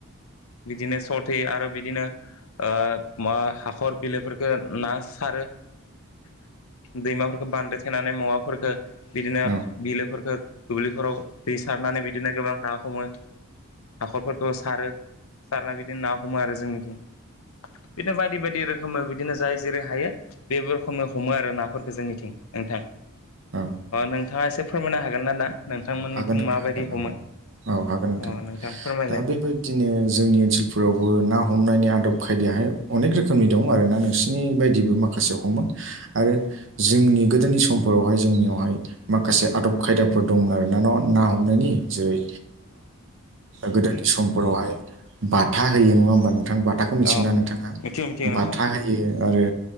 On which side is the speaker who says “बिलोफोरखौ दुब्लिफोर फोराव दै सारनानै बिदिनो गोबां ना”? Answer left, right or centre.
Left